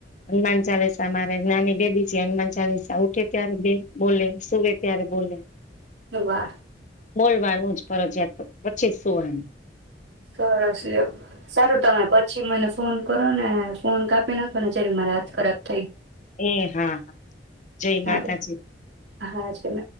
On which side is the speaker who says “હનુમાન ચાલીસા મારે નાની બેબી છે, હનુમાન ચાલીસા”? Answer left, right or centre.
Left